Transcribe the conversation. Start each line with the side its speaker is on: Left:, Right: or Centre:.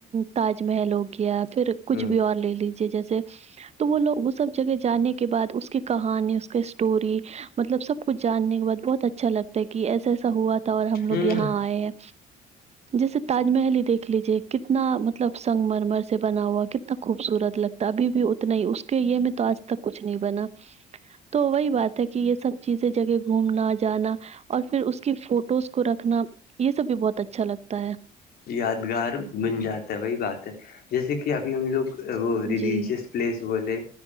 Right: تاج محل ہو گیا پھر کچھ
Left: ہ
Right: بھی اور لے لیجیے جیسے تو وہ لوگ وہ سب جگہ جانے کے بعد اس کی کہانی اس کے اسٹوری مطلب سب کچھ جاننے کے بعد بہت اچھا لگتا ہے کہ ایسا ایسا ہوا تھا اور ہم لوگ
Left: ہ
Right: یہاں آئے ہیں جیسے تاج محل ہی دیکھ لیجے کتنا مطلب سنگ مر مر سے بنا ہوا کتنا خوبصورت لگتا تبھی بھی اتنا ہی اس کے یہ میں تو آج تک کچھ نہیں بنا تو وہی بات ہے کہ یہ سب چیزیں جگہ گھومنا جانا اور پھر اس کی فوٹوز کو رکھنا یہ سب بھی بہت اچھا لگتا ہے
Left: یادگار بن جاتا ہے وہی بات ہے جیسے کہ ابھی ہم لوگ وہ ریلیجیس
Right: جی
Left: پلیس بولے